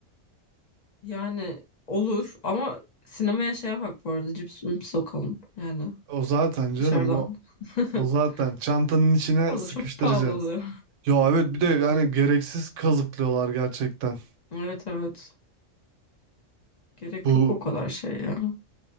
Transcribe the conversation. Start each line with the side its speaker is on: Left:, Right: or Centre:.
Left: Yani olur ama sinemaya şey yapak bu arada cips mips sokalım. Yani
Right: O zaten canım
Left: dışarıdan.
Right: bu
Left: <laughs>
Right: O zaten. Çantanın içine
Left: Orada
Right: sıkıştıracağız.
Left: çok pahalı oluyor.
Right: Ya evet bir de yani
Left: Hı.
Right: gereksiz kazıklıyorlar gerçekten.
Left: Evet evet. Gerek
Right: Bu
Left: yok o kadar şey ya.